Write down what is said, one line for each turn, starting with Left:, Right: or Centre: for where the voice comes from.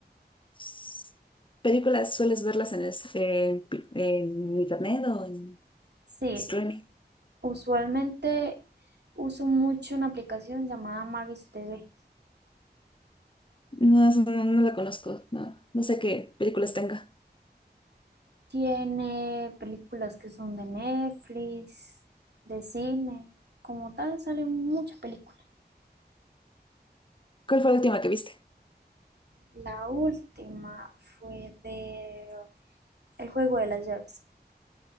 Left: S- ¿Películas sueles verlas en, el- en pi- en internet o en
Right: Sí,
Left: streaming?
Right: usualmente uso mucho una aplicación llamada Magis TV.
Left: No, es- no, no la conozco. No, no sé qué películas tenga.
Right: Tiene películas que son de Netflix, de cine. Como tal, salen muchas películas.
Left: ¿Cuál fue la última que viste?
Right: La última fue de El juego de las llaves.